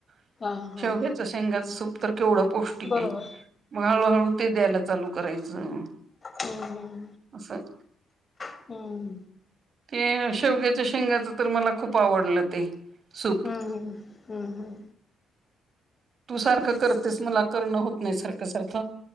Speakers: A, on the right; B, on the left.
A: <inaudible>
B: हा हा
A: शेवग्याच
B: हा
A: शेंगाचं सूप तर केवढं पौष्टिक
B: बरोबर
A: आहे, मग हळूहळू ते द्यायला- चालू करायचं.
B: हं हं
A: असं..
B: हं हं
A: ते शेवग्याच्या शेंगाच तर, मला खूप आवडलं ते, सूप
B: हम्म हम्म हम्म
A: तू सारखं करतेस मला करणं होत नाही सारखं सारखं,